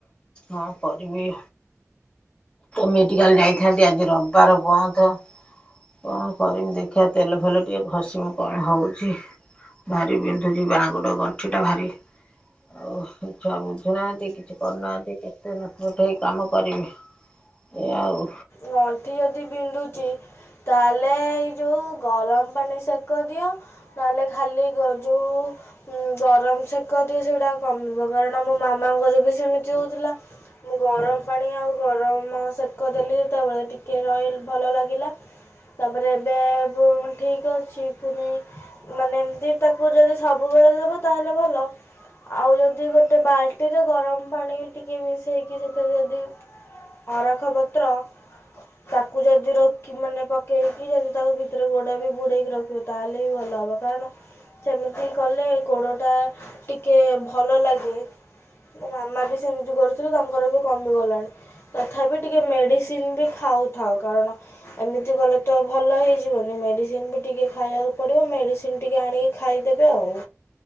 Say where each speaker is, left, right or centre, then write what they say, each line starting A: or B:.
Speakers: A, on the left; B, on the left.
A: ହଁ କରିବି। ମେଡିକାଲ ଯାଇଥାନ୍ତି ଆଜି ରବିବାର ବନ୍ଧ। କଣ କରିମି ଦେଖିବା ତେଲ ଫେଲ ଟିକେ ଘଷିମି। କଣ ହଉଛି ଭାରି ବିନ୍ଧୁଛି ବା ଗଡ଼ ଗଣ୍ଠିଟା ଭାରି ଆଉ ଛୁଆ ବୁଝୁନାହାନ୍ତି କିଛି କରୁନାହାନ୍ତି। ଏତେ ନଠୁପଠ ହେଇ କାମ କରିବି ଏଇଆ ଆଉ।
B: ଗଣ୍ଠି ଯ ଯଦି ବିନ୍ଧୁଛି ତାହେଲେ ଏଇ ଯଉ ଗରମ ପାଣି ସେକ ଦିଅ। ନହେଲେ ଖାଲି ଯୋଉ ଗରମ ସେ ଶିକ ଦିଏ ସେଗଟା କମିବ କାରଣ ଆମ ମାମାଙ୍କର ବି ସେମିତି ହଉଥିଲା। ମୁଁ ଗରମ ପାଣି ଆଉ ଗରମ ସେକ ଦେଲି କେତେବେଳେ ଟିକେ ରହିଲ ଭଲ ଲାଗିଲା। ତାପରେ ଏବେ ଠିକ୍ ଅଛି ପୁଣି ମାନେ ଏମିତି ତାକୁ ଯଦି ସବୁବେଳେ ଦେବ ତାହେଲେ ଭଲ। ଆଉ ଯଦି ଗୋଟେ ବାଲ୍ଟିରେ ଗରମ ପାଣି ଟିକେ ମିଶେଇକି ସେଥିରେ ଯଦି ଅରଖପତ୍ର ତାକୁ ଯଦି ରଖି ମାନେ ପକେଇକି ଯଦି ତାକୁ ଭିତରେ ଗୋଡ ବି ବୁଡେଇକି ରଖି ତାହେଲେ ଭଲ ହେବ କାରଣ ସେମିତି କଲେ ଗୋଡ଼ଟା ଟିକେ ଭଲ ଲାଗେ। ମୋ ମାମା ବି ସେମିତି କରୁଥିଲେ ତାଙ୍କର ବି କମିଗଲାଣି ତଥାପି ଟିକେ ମେଡ଼ିସି ସିନ ବି ଖାଉଥାଉ କାରଣ ଏମିତି କଲେ ତ ଭଲ ହେଇଯିବନି ମେଡ଼ିସିନ ବି ଟିକେ ଖାଇବାକୁ ପଡ଼ିବ ମେଡ଼ିସିନ ଟିକେ ଆଣିକି ଖାଇଦେବେ ଆଉ